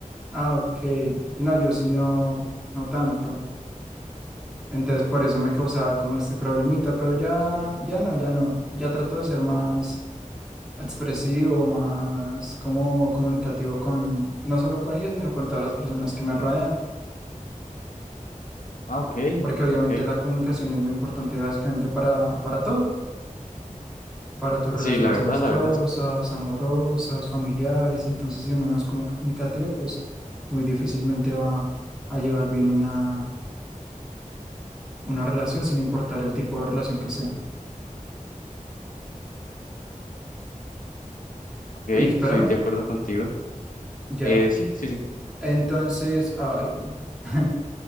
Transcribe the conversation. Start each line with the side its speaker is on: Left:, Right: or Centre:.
Centre: Ah, ok. No, yo sí no, no tanto. Entonces por eso me causaba como este problemita, pero ya, ya no, ya no. Ya trato de ser más expresivo, más como comunicativo con, no solo con ellos, sino con todas las personas que me rodean.
Left: Ah, ok,
Centre: Porque obviamente
Left: ok.
Centre: la comunicación es muy importante básicamente para, para todo. para tus relaciones
Left: Sí, la verdad,
Centre: amistosas,
Left: la verdad. sí.
Centre: amorosas, familiares. Entonces, si uno no es comunicativo, pues muy difícilmente va a llevar bien una, una relación, sin importar el tipo de relación que sea.
Left: Ok, estoy
Centre: Uy, espérame,
Left: de acuerdo contigo.
Centre: ya.
Left: Eh, sí, sí, sí.
Centre: Entonces, ay. <laughs>